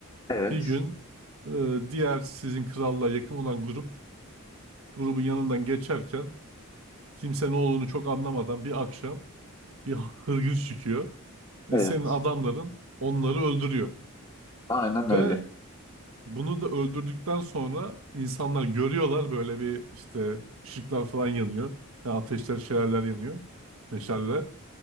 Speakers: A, on the left; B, on the right.
A: Evet.
B: Bir gün e, diğer sizin krallığa yakın olan grup grubun yanından geçerken kimse ne olduğunu çok anlamadan bir akşam bir hırgür çıkıyor ve
A: Evet.
B: senin adamların onları öldürüyor.
A: Aynen öyle.
B: Ve Bunu da öldürdükten sonra insanlar görüyorlar böyle bir işte ışıklar falan yanıyor. Yani ateşler, şelaleler yanıyor. Meşaleler.